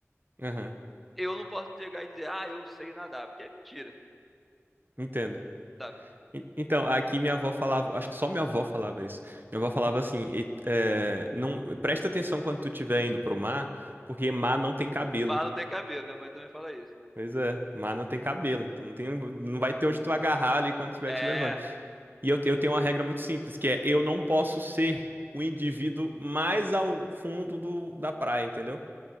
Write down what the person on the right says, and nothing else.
aham,
entendo.
E- Então, aqui minha avó falava, acho que só minha avó falava isso. Minha avó falava assim, e- é, não, presta atenção quando tu estiver indo pro mar, porque mar não tem cabelo.
Pois é, mar não tem cabelo, então não tem, não vai ter onde tu agarrar ali quando estiver
te levando. E eu, eu tenho uma regra muito simples, que é eu não posso ser o indivíduo mais ao fundo do- da praia, entendeu?